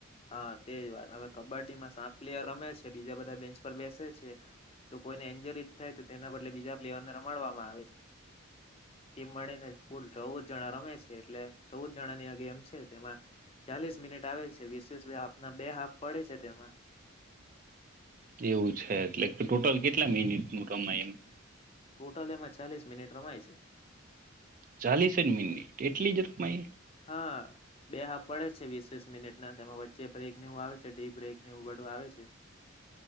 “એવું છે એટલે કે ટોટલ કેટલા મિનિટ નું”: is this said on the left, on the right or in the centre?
Right